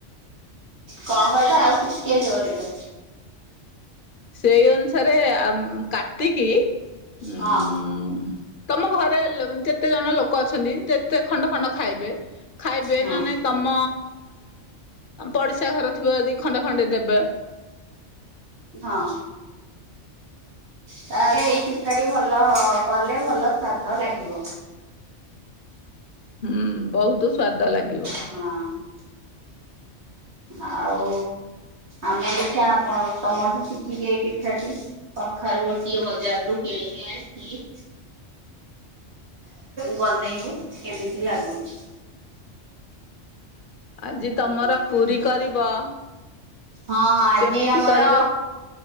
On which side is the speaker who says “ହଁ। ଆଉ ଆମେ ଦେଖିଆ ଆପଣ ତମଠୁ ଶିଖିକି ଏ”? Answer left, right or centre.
Right